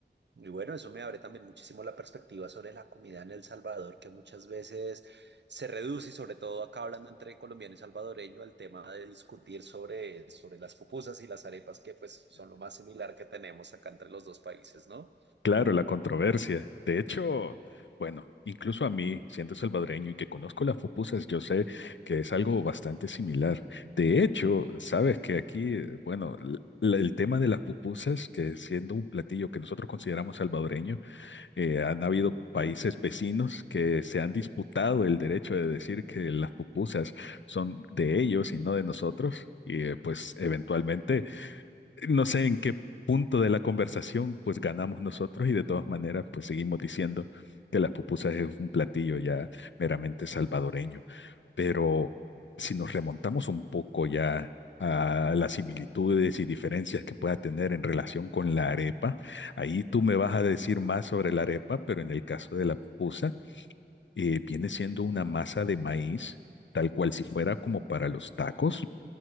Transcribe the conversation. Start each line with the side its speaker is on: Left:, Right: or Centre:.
Right: Y bueno, eso me abre también muchísimo la perspectiva sobre la comida en El Salvador, que muchas veces se reduce, y sobre todo acá hablando entre colombiano y salvadoreño, al tema de discutir sobre, sobre las pupusas y las arepas, que pues son lo más similar que tenemos acá entre los dos países, ¿no?
Left: Claro, la controversia. De hecho, bueno, incluso a mí, siendo salvadoreño y que conozco las pupusas, yo sé que es algo bastante similar. De hecho, sabes que aquí, eh, bueno, l- la- el tema de las pupusas, que siendo un platillo que nosotros consideramos salvadoreño, eh, han habido países vecinos que se han disputado el derecho de decir que las pupusas son de ellos y no de nosotros. Y eh, pues eventualmente no sé en qué punto de la conversación, pues ganamos nosotros y de todas maneras, pues seguimos diciendo que las pupusas es un platillo ya meramente salvadoreño. Pero si nos remontamos un poco ya a las similitudes y diferencias que pueda tener en relación con la arepa, ahí tú me vas a decir más sobre la arepa, pero en el caso de la pupusa, eh, viene siendo una masa de maíz, tal cual si fuera como para los tacos.